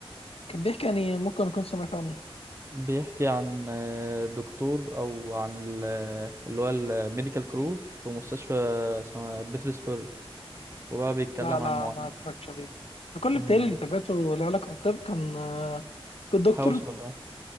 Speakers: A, on the left (about 75°); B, on the right (about 25°).
A: كان بيحكي يعني ممكن أكون سمعت عنه
B: بيحكي عن آه، دكتور او عن ال- اللي هو الميديكال كرو في مستشفى اسمها بيترسبرج وبقى بيتكلم
A: لا لا
B: عن معاناة
A: ما اتفرجتش عليه أنا كل
B: أمم،
A: بتهيألي اللي
B: بيت-
A: تابعته له علاقة بالطب كان آه، جود دكتور
B: هاوس ولا إيه؟